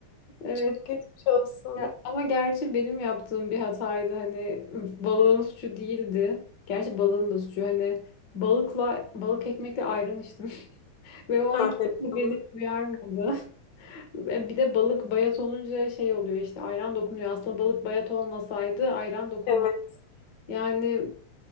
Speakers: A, on the left; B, on the left.
A: evet.
B: Çok geçmiş olsun.
A: Ya, ama gerçi benim yaptığım bir hataydı. Hani balığın suçu değildi. Gerçi balığın da suçu. Hani balıkla balık ekmekle ayran içtim. <laughs> Ve o an
B: Aferin
A: kimse
B: sana.
A: beni duyarmadı. <laughs> Ve Bir de balık bayat olunca şey oluyor işte ayran dokunuyor. Aslında balık bayat olmasaydı ayran dokunmaz.
B: Evet.
A: Yani